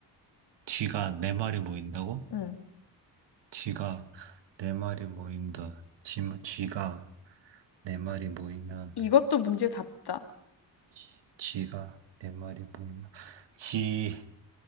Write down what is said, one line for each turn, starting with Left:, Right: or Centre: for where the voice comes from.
Right: 쥐가 네 마리 모인다고?
Left: 응.
Right: 쥐가 네 마리 모인다. 쥐, 쥐가 네 마리 모이면,
Left: 이것도 문제 답다.
Right: 쥐- 쥐가 네 마리 모이면, 쥐,